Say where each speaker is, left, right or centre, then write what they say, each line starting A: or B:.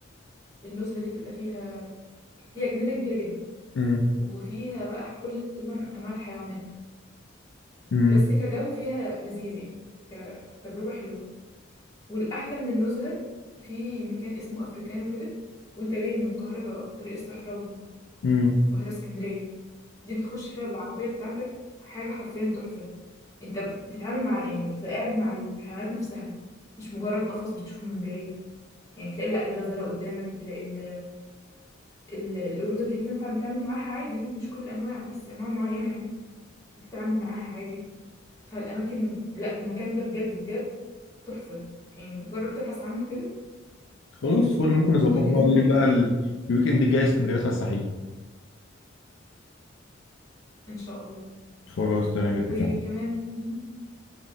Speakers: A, on the left; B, on the left.
A: النزهة دي بتبقى فيها هي جنينة كبيرة جدا
B: امم
A: وفيها بقى كل تقريبا أنواع الحيوانات
B: امم
A: بس كجو فيها لذيذ يعني كتجربة حلوة والأحلى من النزهة في مكان اسمه أفريكانو كده وانت جاي من القاهرة طريق الصحراوي
B: امم
A: القاهرة اسكندرية دي بتخش فيها بالعربية بتاعتك حاجة حرفيا تحفة انت بتتعامل مع يعني بتبقى قاعد مع الحيوانات نفسها مش مجرد قفص بتشوفه من بعيد يعني تلاقي لا الغزالة قدامك تلاقي ال... ال... القرود اللي هي بتنفع نتعامل معاها عادي دي مش كل الأنواع بس أنواع معينة يعني بتتعامل معاها عادي فالأماكن لا المكان ده بجد بجد تحفة يعني جرب تبحث عنه كده
B: خلاص فل ممكن نظبطه
A: متأكدة
B: واقول
A: انه
B: لك
A: هيعجبك
B: بقى ال- الويكند الجاي اسكندريه على الصحيح
A: ان شاء الله
B: خلاص تمام
A: وكمان
B: اتفقنا
A: في